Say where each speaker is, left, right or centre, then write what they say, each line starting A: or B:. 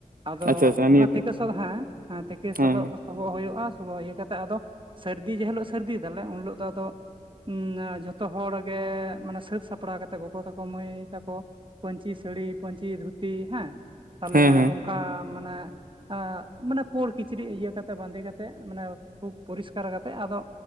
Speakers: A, on the right; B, on the right.
A: ᱟᱫᱚ
B: ᱟᱪᱪᱷᱟ ᱟᱪᱪᱷᱟ ᱱᱤᱭᱟᱹᱛᱮ
A: ᱚᱱᱟ ᱛᱮᱹᱠᱮᱹ ᱥᱚᱫ ᱦᱮᱸ᱾ ᱛᱮᱹᱠᱮᱹ
B: ᱦᱮᱸ
A: ᱥᱚᱫᱚᱜ, ᱥᱚᱵᱚᱜ ᱦᱩᱭᱩᱜ-ᱟ ᱥᱚᱵᱚᱜ ᱤᱭᱟᱹ ᱠᱟᱛᱮᱜ ᱟᱫᱚ ᱥᱟᱹᱨᱫᱤ ᱡᱮ ᱦᱤᱞᱳᱜ ᱥᱟᱹᱨᱫᱤᱭ ᱫᱟᱞᱮ ᱩᱱ ᱦᱤᱞᱳᱜ ᱫᱚ ᱟᱫᱚ᱾ ᱚᱱᱟ ᱡᱷᱚᱛᱚ ᱦᱚᱲ ᱜᱮ ᱢᱟᱱᱮ ᱥᱟᱹᱛ ᱥᱟᱯᱲᱟᱣ ᱠᱟᱛᱮᱜ ᱜᱚᱜᱚ ᱛᱟᱠᱚ ᱢᱟᱹᱭ ᱛᱟᱠᱚ᱾ ᱯᱟᱹᱧᱪᱤ ᱥᱟᱹᱲᱤ ᱯᱟᱹᱧᱪᱤ ᱫᱷᱩᱛᱤ ᱦᱮᱸ᱾ ᱛᱟᱦᱞᱮ
B: ᱦᱮᱸ ᱦᱮᱸ
A: ᱚᱝᱠᱟ ᱢᱟᱱᱮ ᱮᱸᱜ ᱢᱟᱱᱮ ᱯᱚᱬ ᱠᱤᱪᱨᱤᱡ ᱤᱭᱟᱹ ᱠᱟᱛᱮᱫ ᱵᱟᱸᱫᱮ ᱠᱟᱛᱮᱫ ᱢᱟᱱᱮ ᱠᱷᱩᱵ ᱯᱚᱨᱤᱥᱠᱟᱨ ᱠᱟᱛᱮᱫ ᱟᱫᱚ